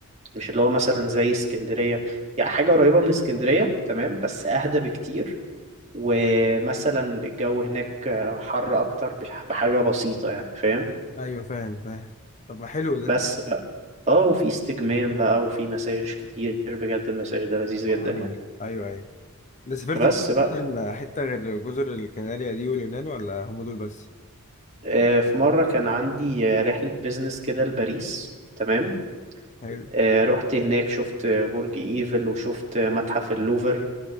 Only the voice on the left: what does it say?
ايوه فاهم فاهم طب ما حلو ده
آه.
ايوه ايوه انت سافرت
بقى
ممكن حته غير جزر الكناريا دي واليونان ولا هم دول بس
حلو